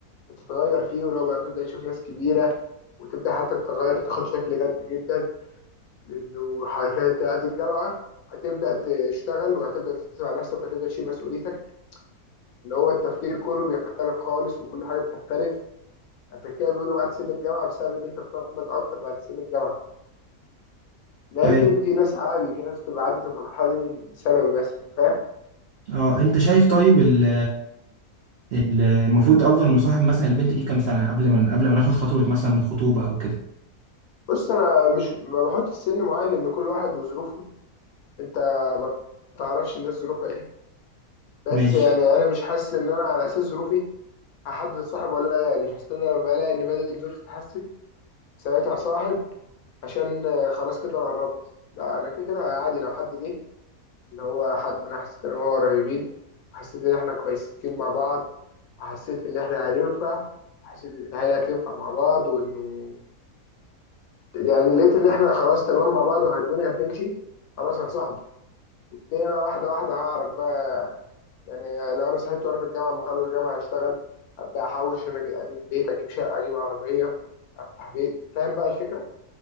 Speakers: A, on the left; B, on the right.
A: بتتغير فيه واللي هو بقى بتبدأ تشوف ناس كبيرة وتبدأ حتى تتغير تاخد شكل جد جدا لأنه حرفيا بعد الجامعة هتبدأ تشتغل وهتبدأ تدرس مع نفسك وهتبدأ تشيل مسؤوليتك اللي هو التفكير كله بيختلف خالص وكل حاجة بتختلف عشان كده بيقولوا بعد سن الجامعة بسبب إن أنت بتنضج أكتر بعد سن الجامعة لكن
B: طيب
A: في ناس عادي في ناس بتبقى عدت المرحلة دي من ثانوي مثلا فاهم؟
B: اه انت شايف طيب ال المفروض افضل مصاحب مثلا البنت دي كام سنه قبل ما قبل ما ناخد خطوه مثلا الخطوبه او كده
A: بص أنا مش ما بحط السن معين لأن كل واحد وظروفه انت ما تعرفش الناس ظروفها ايه بس
B: ماشي
A: يعني انا مش حاسس ان انا على اساس ظروفي هحدد الصاحب ولا لا يعني مش هستنى لما الاقي ان بدات ظروفي تتحسن ساعتها صاحب عشان آه، خلاص كده انا قربت لا انا كده كده عادي لو حد جه اللي هو حد انا حسيت ان هو قريبين وحسيت ان احنا كويسين مع بعض وحسيت ان احنا هننفع وحسيت ان هي هتنفع مع بعض وانه يعني لقيت ان احنا خلاص تمام مع بعض والدنيا هتمشي خلاص يا صاحبي الدنيا بقى واحدة واحدة هعرف بقى يعني لو انا سحبت وانا في الجامعه اما اخلص جامعه اشتغل ابدا احوش عشان أجي- اجيب بيت اجيب شقه اجيب عربيه افتح بيت فاهم بقى الفكره